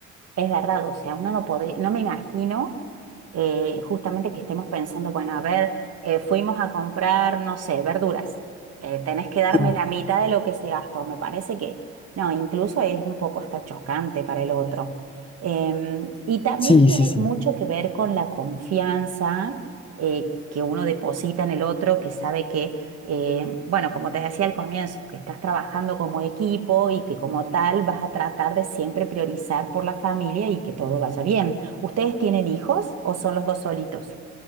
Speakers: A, on the right (about 55°); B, on the left (about 15°).
A: es verdad, o sea, uno no podría, no me imagino eh, justamente que estemos pensando, bueno, a ver, eh, fuimos a comprar, no sé, verduras, eh, tenés que darme
B: Sí,
A: la mitad de lo que se gastó, me parece que, no, incluso es un poco hasta chocante para el otro. Em, y también
B: sí,
A: tiene
B: sí. sí.
A: mucho que ver con la confianza eh, que uno deposita en el otro, que sabe que Eh, bueno, como te decía al comienzo, que estás trabajando como equipo y que como tal vas a tratar de siempre priorizar por la familia y que todo vaya bien. ¿Ustedes tienen hijos o son los dos solitos?